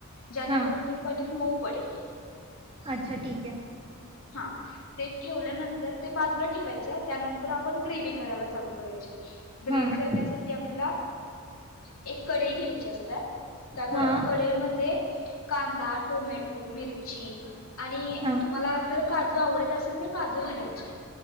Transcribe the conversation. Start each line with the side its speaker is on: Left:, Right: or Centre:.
Left: ज्याणेकरून
Right: हां
Left: ते पनीर मऊ पडेल.
Right: अच्छा ठीक आहे.
Left: हा ते ठेवल्यानंतर ते बाजूला ठेवायचं त्यानंतर आपण ग्रेव्ही करायला चालू करायचे. ग्रेवी
Right: हां
Left: करण्यासाठी आपला -- एक कढई घ्यायची असतीया. त्या
Right: हां
Left: कढईमध्ये -- कांदा, टोमॅटो, मिर -- आणि
Right: हां
Left: तुम्हाला जर काजू आवडत असेल. काजू घालायचे